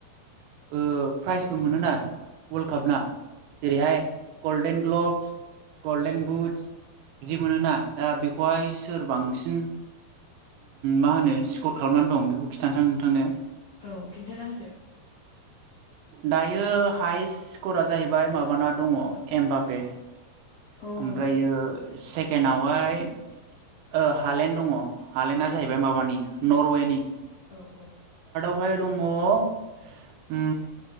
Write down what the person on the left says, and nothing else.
औ खिन्थाना होदो।
औ
औ औ